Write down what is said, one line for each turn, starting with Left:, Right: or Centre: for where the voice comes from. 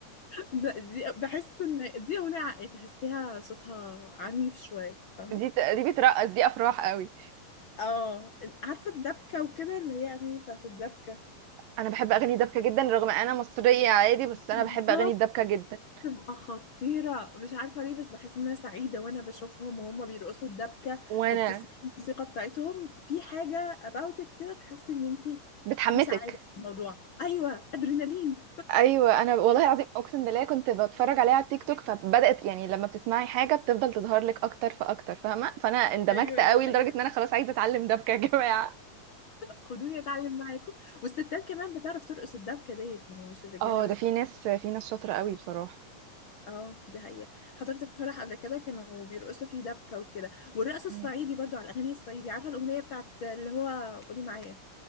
Left: لا دي بحس ان دي اغنيه عقل تحسيها صوتها عنيف شويه فاهمه
Right: دي دي بترقص دي افراح قوي
Left: اه عارفه الدبكه وكده اللي هي اغاني بتاعت الدبكه
Right: انا بحب اغاني دبكة جدا رغم انا مصرية عادي بس
Left: بالظبط
Right: انا بحب اغاني الدبكة جدا
Left: تبقى خطيرة مش عارفة ليه بس بحس إن أنا سعيدة وأنا بشوفهم وهم بيرقصوا الدبكة
Right: وانا
Left: وبتسمعي الموسيقى بتاعتهم في حاجة about it كده تحسي إن أنتي
Right: بتحمسك
Left: في سعادة في الموضوع أيوة أدرينالين
Right: ايوه انا والله العظيم اقسم بالله كنت بتفرج عليها على التيك توك فبدات يعني لما بتسمعي حاجه بتفضل تظهر لك اكتر فاكتر فاهمه فانا اندمجت
Left: ايوه
Right: قوي
Left: دي حقيقة
Right: لدرجه ان انا خلاص عايزه اتعلم دبكه <laughs> يا جماعه
Left: خدوني أتعلم معاكم والستات كمان بتعرف ترقص الدبكة ديت يعني مش الرجالة
Right: اه
Left: بس
Right: ده في ناس في ناس شاطره قوي بصراحه
Left: اه دي حقيقة حضرت فرح قبل كده كانوا بيرقصوا فيه دبكة وكده والرقص الصعيدي
Right: مم.
Left: برضو على الأغاني الصعيدي عارفة الأغنية بتاعت اللي هو قولي معايا